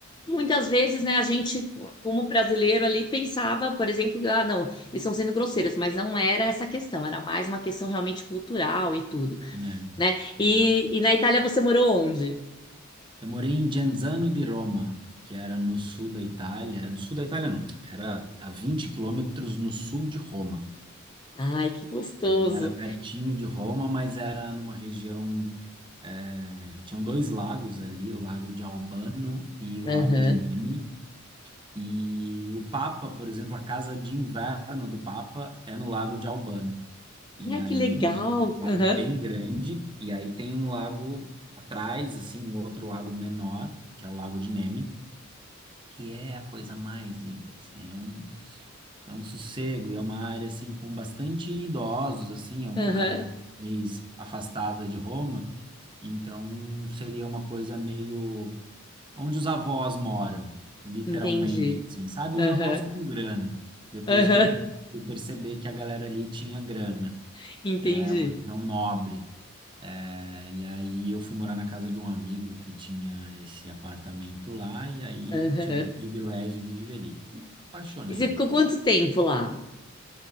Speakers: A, on the left; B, on the right.
A: Muitas vezes, né, a gente, como brasileiro ali, pensava, por exemplo, ah, não, eles estão sendo grosseiros, mas não era essa questão, era mais uma questão realmente cultural e tudo,
B: né?
A: né?
B: Legal.
A: E, e na Itália você morou onde?
B: Eu morei em Genzano di Roma, que era no sul da Itália. No sul da Itália, não. Era a 20 quilômetros no sul de Roma.
A: Ai, que gostoso.
B: Então, era pertinho de Roma, mas era numa região. eh, tinham dois lagos ali, o Lago de Albano e o
A: Aham.
B: Lago de Nemi. E o Papa, por exemplo, a casa de inverno do Papa é no Lago de Albano. E
A: Ai,
B: aí
A: que legal.
B: é um lago
A: Aham,
B: bem grande, e aí tem um lago atrás, assim, um outro lago menor, que é o Lago de Nemi. que é a coisa mais linda, assim, é um, é um sossego e é uma área, assim, com bastante idosos, assim, é uma
A: aham.
B: área mais afastada de Roma, então seria uma coisa meio onde os avós moram, literalmente,
A: Entendi.
B: assim, sabe?
A: Aham,
B: Os avós com grana, depois
A: aham.
B: com o tempo eu perceber que a galera ali tinha grana,
A: <laughs> Entendi.
B: é uma região nobre, é, e aí eu fui morar na casa de um amigo que tinha esse apartamento lá, e aí
A: Aham.
B: tive o privilégio de viver ali. E apaixonei.
A: E você ficou
B: né?
A: quanto tempo lá?